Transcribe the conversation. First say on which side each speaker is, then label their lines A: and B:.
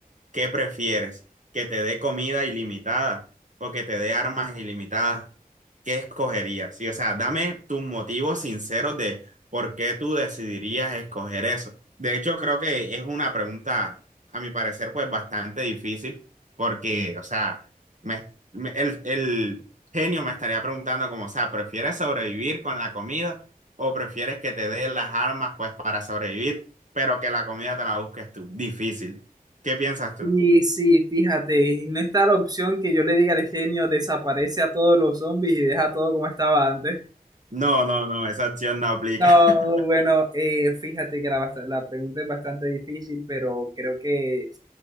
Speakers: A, on the right; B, on the right.
A: ¿Qué prefieres? ¿Que te dé comida ilimitada o que te dé armas ilimitadas? ¿Qué escogerías? Sí, o sea, dame tus motivos sinceros de por qué tú decidirías escoger eso. De hecho, creo que es una pregunta, a mi parecer, pues bastante difícil porque, o sea, me- me- el, el genio me estaría preguntando como, o sea, ¿prefieres sobrevivir con la comida o prefieres que te dé las armas pues para sobrevivir, pero que la comida te la busques tú? Difícil. ¿Qué piensas tú?
B: Y sí, fíjate, y no está la opción que yo le diga al genio desaparece a todos los zombies y deja todo como estaba antes.
A: No, no, no, esa acción no aplica.
B: No,
A: <laughs>
B: bueno, eh, fíjate que la, bast- la pregunta es bastante difícil, pero creo que